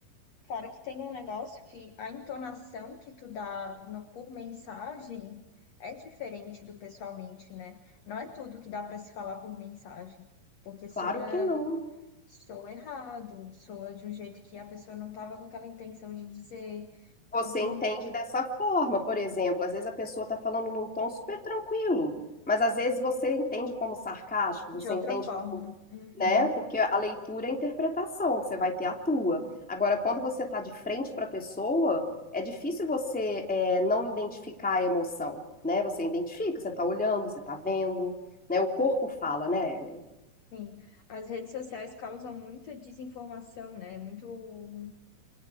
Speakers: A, on the left; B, in the centre.
A: claro que tem um negócio que a entonação que tu dá no- por mensagem é diferente do pessoalmente, né? Não é tudo que dá pra se falar por mensagem, porque soa
B: Claro que não.
A: sou errado, soa de um jeito que a pessoa não estava com aquela intenção de dizer. Então,
B: você entende dessa forma, por exemplo, às vezes a pessoa está falando num tom super tranquilo, mas às vezes você entende como sarcástico, você
A: de outra
B: entende
A: forma.
B: como,
A: Uhum,
B: né? Porque a leitura é a interpretação, você vai ter a tua. Agora, quando você está de frente para a pessoa, é difícil você é, não identificar a emoção, né? Você identifica, você está olhando, você está vendo, né? O corpo fala, né, Ellen?
A: Sim, as redes sociais causam muita desinformação, né? Muito